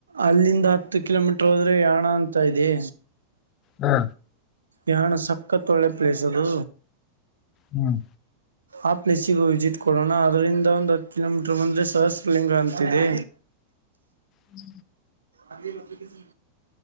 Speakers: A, on the right (about 70°); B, on the left (about 35°).
A: ಅಲ್ಲಿಂದ ಹತ್ತು ಕಿಲೋಮೀಟರ್. ಯಣ ಅಂತ ಇದೆ.
B: ಹಾ.
A: ಯಾನ ಸಕ್ಕತ್ ಒಳ್ಳೆ ಪ್ಲೇಸ್ ಅದು.
B: ಹ್ಮ್.
A: ಆ ಪ್ಲೇಸಿಗೂ ವಿಸಿಟ್ ಕೊಡೋಣ ಅದರಿಂದ ಒಂದು್ ಹತ್ತು ಕಿಲೋ ಮೀಟರ್ ಬಂದ್ರೆ ಸಹಸ್ರಲಿಂಗ ಅಂತಿದೆ.
B: ಹ್ಮ.
A: ಅದೇ. ಹ.